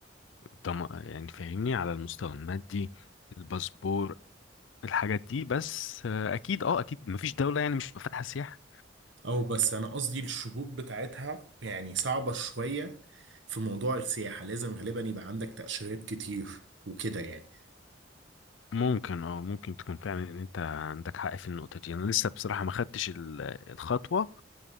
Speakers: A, on the left; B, on the right.
A: طم... يعني فاهمني على المستوى المادي الباسبور الحاجات دي بس آه، اكيد اه اكيد مفيش دولة يعني مش فاتحة سياحة
B: أو بس أنا قصدي الشروط بتاعتها يعني صعبة شوية في موضوع السياحة لازم غالبا يبقى عندك تأشيرات كتير وكده يعني
A: ممكن اه ممكن تكون فعلا ان انت عندك حق في النقطة دي انا لسه بصراحة ما خدتش ال- الخطوة